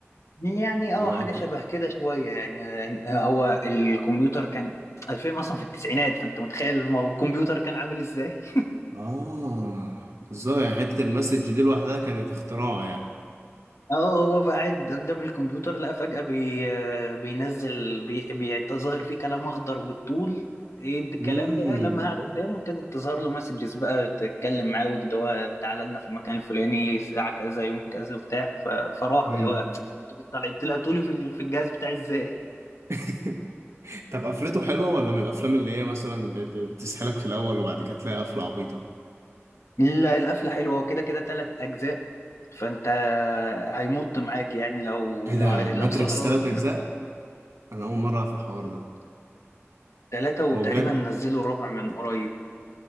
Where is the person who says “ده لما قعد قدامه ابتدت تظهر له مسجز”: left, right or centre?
Left